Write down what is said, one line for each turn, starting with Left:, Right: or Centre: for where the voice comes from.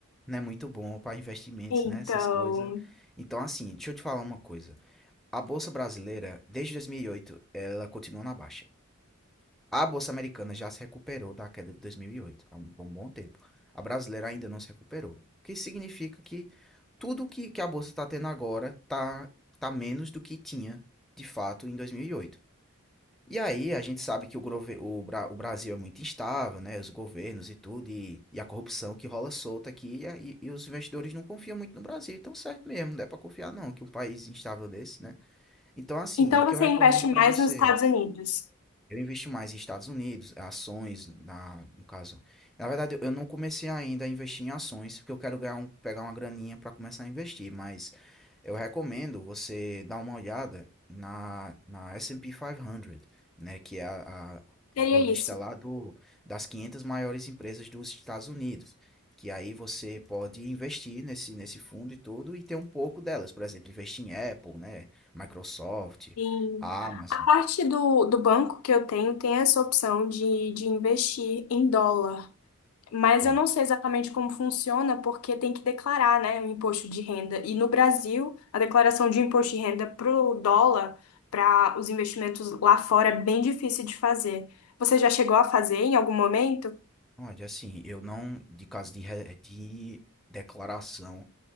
Centre: não é muito bom para investimentos,
Left: Então,
Centre: né? Essas coisas. Então, assim, deixa eu te falar uma coisa. A Bolsa Brasileira, desde 2008, ela continua na baixa. A Bolsa Americana já se recuperou da queda de 2008, há um bom, bom tempo. A brasileira ainda não se recuperou. O que significa que tudo que, que a Bolsa está tendo agora está tá menos do que tinha, de fato, em 2008. E oito. E aí a gente sabe que o, o, Bra- o Brasil é muito instável, né? Os governos e tudo, e, e a corrupção que rola solta aqui, e, e os investidores não confiam muito no Brasil. Então, certo mesmo, não é para confiar não, que um país instável desse, né? Então, assim,
Left: então
Centre: o que
Left: você
Centre: eu recomendo
Left: investe
Centre: para
Left: mais
Centre: você...
Left: nos Estados Unidos.
Centre: Eu investi mais em Estados Unidos, ações, na, no caso. Na verdade, eu eu não comecei ainda a investir em ações, porque eu quero ganhar um- pegar uma graninha para começar a investir, mas eu recomendo você dar uma olhada na, na S&P 500, né, que é a, a,
Left: Seria
Centre: a lista
Left: isso.
Centre: lá do, das 500 maiores empresas dos Estados Unidos, que aí você pode investir nesse, nesse fundo e tudo e ter um pouco delas, por exemplo, investir em Apple, né, Microsoft,
Left: Sim.
Centre: Amazon,
Left: A parte do, do banco que eu tenho tem essa opção de, de investir em dólar. Mas
Centre: pronto.
Left: eu não sei exatamente como funciona, porque tem que declarar, né, o imposto de renda. E no Brasil, a declaração de imposto de renda para o dólar, para os investimentos lá fora, é bem difícil de fazer. Você já chegou a fazer em algum momento?
Centre: Olha, assim, eu não, de caso de, re- de declaração,